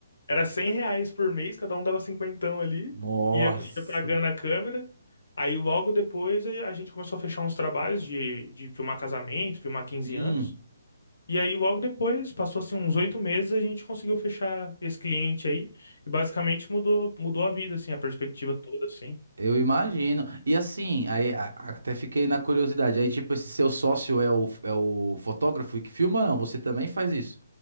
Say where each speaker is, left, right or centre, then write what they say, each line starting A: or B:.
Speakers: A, on the left; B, on the right.
A: era 100 reais por mês, cada um dava cinquentão ali,
B: Nossa.
A: ia, ia pagando a câmera. Aí logo depois a a gente começou a fechar uns trabalhos de, de filmar casamento, filmar quinze
B: Hum.
A: anos. E aí, logo depois, passou assim uns oito meses, a gente conseguiu fechar esse cliente aí. E basicamente mudou, mudou a vida, assim, a perspectiva toda, assim.
B: Eu imagino. E assim, aí a- a- até fiquei na curiosidade. Aí, tipo, esse seu sócio é o, é o fotógrafo que filma, ou não? Você também faz isso?